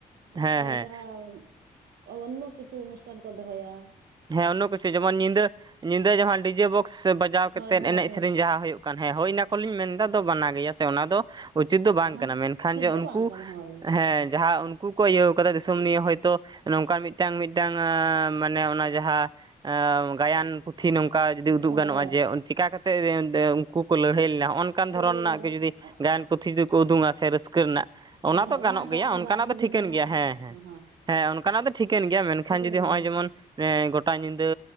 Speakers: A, on the right; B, on the right.
A: ᱢᱟᱱᱮ
B: ᱦᱮᱸ ᱦᱮᱸ
A: ᱡᱟᱦᱟᱸᱼᱼ ᱚᱱᱱᱳ ᱠᱤᱪᱷᱩ ᱚᱱᱩᱥᱴᱷᱟᱱ ᱠᱚ ᱫᱚᱦᱚᱭᱟ ᱾
B: ᱦᱮᱸ ᱚᱱᱱᱳ ᱠᱤᱪᱷᱩ ᱡᱮᱢᱚᱱ ᱧᱤᱫᱟᱹ ᱧᱤᱫᱟᱹ ᱡᱟᱦᱟᱸ ᱰᱤᱡᱮ ᱵᱚᱠᱥ ᱵᱟᱡᱟᱣ
A: ᱦᱳᱭ
B: ᱠᱟᱛᱮᱜ
A: ᱦᱳᱭ
B: ᱮᱱᱮᱡᱽ
A: ᱦᱳᱭ
B: ᱥᱮᱸᱨᱮᱸᱧ ᱡᱟᱦᱟᱸ ᱦᱩᱭᱩᱜ ᱼᱼ ᱠᱟᱱ ᱦᱮ ᱦᱳᱭ ᱚᱱᱟ ᱠᱚᱞᱤᱧ ᱢᱮᱱᱫᱟ ᱫᱚ ᱵᱟᱱᱟ ᱜᱮᱭᱟ ᱥᱮ ᱚᱱᱟ ᱫᱚ? ᱩᱪᱤᱛ ᱫᱚ ᱵᱟᱝ
A: ᱚᱱᱟ
B: ᱠᱟᱱᱟ ᱢᱮᱱᱠᱷᱟᱱ
A: ᱩᱪᱤᱛ
B: ᱡᱮ
A: ᱫᱚ
B: ᱩᱱᱠᱩ
A: ᱵᱟᱝ ᱠᱟᱱᱟ ᱦᱳᱭ
B: ᱦᱮᱸ ᱡᱟᱦᱟᱸ ᱩᱱᱠᱩᱼᱼ ᱠᱚ ᱤᱭᱟᱹᱣ ᱠᱟᱫᱟ ᱫᱤᱥᱚᱢ ᱱᱤᱭᱮ ᱦᱳᱭᱛᱳ ᱱᱚᱝᱠᱟ ᱢᱤᱫᱴᱟᱝ ᱢᱤᱫᱴᱟᱝ ᱟᱸ ᱢᱟᱱᱮ ᱚᱱᱟᱼᱼ ᱡᱟᱦᱟᱸ ᱟᱸ ᱜᱟᱭᱟᱱ ᱯᱩᱛᱷᱤ ᱱᱚᱝᱠᱟ ᱡᱩᱫᱤ
A: ᱦᱳᱭ
B: ᱩᱫᱩᱜ
A: ᱦᱳᱭ
B: ᱜᱟᱱᱚᱜᱼᱟ ᱡᱮ ᱪᱤᱠᱟ ᱠᱟᱼᱼ ᱛᱮ ᱫᱮ ᱩᱝᱠᱩ ᱠᱚ ᱞᱟᱹᱲᱦᱟᱹᱭ ᱞᱮᱱᱟ ᱦᱚᱜᱼᱚᱱ ᱠᱟᱱ
A: ᱞᱟᱹᱲᱦᱟᱹᱭ
B: ᱫᱷᱚᱨᱚᱱ ᱨᱮᱱᱟᱜ
A: ᱞᱮᱱᱟ
B: ᱡᱩᱫᱤ
A: ᱦᱳᱭ
B: ᱼᱼ ᱜᱟᱭᱟᱱ ᱯᱩᱛᱷᱤ ᱫᱚᱠᱚ ᱩᱸᱫᱩᱝᱟ ᱥᱮ ᱨᱟᱹᱥᱠᱟᱹ ᱨᱮᱱᱟᱜ ᱚᱱᱟ
A: ᱦᱳᱭ
B: ᱫᱚ ᱜᱟᱱᱚᱜ ᱜᱮᱭᱟ,
A: ᱟᱨᱚ
B: ᱚᱱᱠᱟᱱᱟᱜ
A: ᱫᱟᱜ ᱵᱷᱟᱹᱜᱤ
B: ᱫᱚ ᱴᱷᱤᱠᱟᱹᱱ
A: ᱡᱚᱢᱟᱜᱼᱟ
B: ᱜᱮᱭᱟ ᱾ ᱦᱮᱸ
A: ᱦᱳᱭ
B: ᱦᱮᱸ ᱦᱮᱸ ᱚᱱᱠᱟᱱᱟᱜ ᱫᱚ ᱴᱷᱤᱠᱟᱹᱱ ᱜᱮᱭᱟ, ᱢᱮᱱᱠᱷᱟᱱ
A: ᱴᱷᱤᱠᱟᱹᱱ
B: ᱡᱩᱫᱤ
A: ᱜᱮᱭᱟ
B: ᱦᱚᱜᱼᱚᱭ
A: ᱦᱳᱭ
B: ᱡᱮᱢᱚᱱ ᱮᱸ ᱜᱚᱴᱟ ᱧᱤᱫᱟᱹᱼᱼ